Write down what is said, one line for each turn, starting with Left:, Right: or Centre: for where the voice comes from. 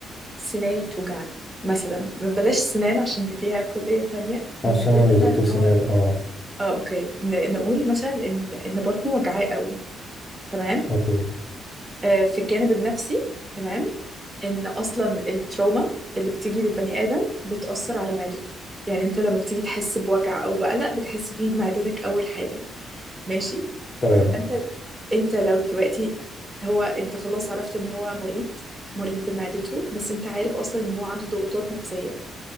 Right: سناني بتوجعني مثلا بلاش سنان عشان دي ليها كلية تانية
Left: عشان
Right: نقول
Left: انا
Right: مثلا
Left: مش دكتور
Right: ان هو
Left: سنان اه
Right: اه اوكي ن- نقول مثلا ان ان بطنه وجعاه قوي تمام
Left: اوكي
Right: آه في الجانب النفسي تمام ان اصلا التروما اللي بتيجي للبني ادم بتاثر على معدته يعني انت لما بتيجي تحس بوجع او بقلق بتحس فيه بمعدتك اول حاجه ماشي
Left: تمام
Right: انت انت لو دلوقتي هو انت خلاص عرفت ان هو مريض مريض بمعدته بس انت عارف اصلا ان هو عنده ضغوطات نفسيه